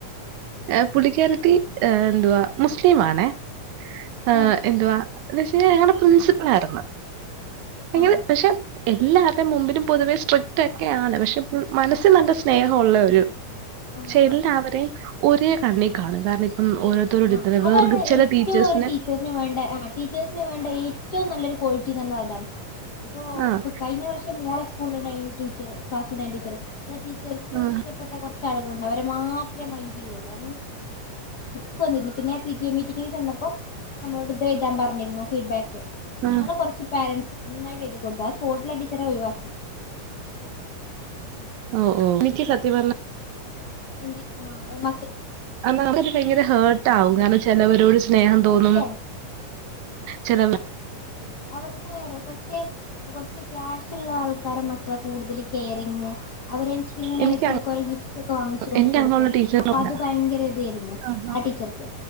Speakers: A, on the right; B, on the left.
A: എ പുള്ളിക്യാരത്തി എ ന്തുവാ.. മുസ്ലിംമാണേ. ആഎന്തുവാ
B: ആ
A: ന്ന്വച്ചാ ഞങ്ങ്ടെ പ്രിൻസിപ്പൾയിര്ന്ന് എങ്ങനെ
B: ആ
A: പക്ഷെഎല്ലാർ മുമ്പിലുംപൊതുവെസ്ട്രിക്റ്റ്ക്കെയാണ് പക്ഷെ മനസ്സിൽനല്ലസ്നേഹള്ളരു
B: ആ
A: ക്ഷെ
B: ആ
A: എല്ലാവരെയും ഒരേകണ്ണീകാണും കാരണം ഇപ്പം ഓരോരുത്തരോരുത്തരെ
B: ആ അതാണ്ഏറ്റവുംഒരു
A: വേർതിരി ചില ടീച്ചേഴ്സിന്
B: ടീച്ചേർന് വേണ്ട ആടീച്ചേഴ്സിന് വേണ്ട ഏറ്റവും നല്ലൊരുക്വാളിറ്റിന്നതതാണ് പ്പൊ
A: ആഹ്
B: പ്പൊകഴിഞ്ഞ വർഷം മോളെ സ്കൂൾണ്ടായിനു ടീച്ചറ് ഫാസിനടീച്ചറ് ടീച്ചർക്ക്ഇഷ്ടപ്പെട്ടകൊർച്ച്
A: ആഹ്
B: ആളുകളുണ്ട് അവരെമാത്രേ മൈന്റെയൊള്ളൂ <unintelligible> വന്നിരുന്നു പിന്നെ പി ടി എമീറ്റിങ്ങിന്ചെന്നപ്പോ നമ്മളോട്ത്ഴുതാൻപറഞ്ഞിരുന്നു ഫീഡ്ബാക്ക് ഞങ്ങള്കൊറച്ച്പേരൻറ്സ്
A: ആഹ്
B: നന്നായിട്ട്എഴുതികൊടുത്തു ആ സ്പോട്ടിലടീച്ചറെഒഴിവാക്കി
A: ഓ ഓ നിക്ക് സത്യംപറഞ്ഞാ
B: <unintelligible> ഒ
A: മുക്കത് ഭയങ്കരഹേർട്ട്അവും കാരണ ചിലവരോട് ചെല സ്നേഹംതോന്നും
B: സത്യാണ്
A: ചിലവ
B: അവർക്ക്ങ്ങനേർയോ കൊർച്ച് കൊറച്ച്ക്യാഷ്ള്ള ആൾക്കാരെമക്കളെ കൂടുതല്കെയറിങ്ങ് <unintelligible> ഇങ്ങനെഇടക്കിടക്ക്
A: എനിക്ക് അങ്ങ
B: ഗിഫ്റ്റ്ക്കെവാങ്ങിച്ച്കൊണ്ട്കൊടുക്കും.
A: എന്റെ അങ്ങനെയുള്ള ടീച്ചറില്ല.
B: അപ്പൊത് ഭയങ്കരഇതായിരുന്നു
A: ആഹ്
B: ആടീച്ചർക്ക്.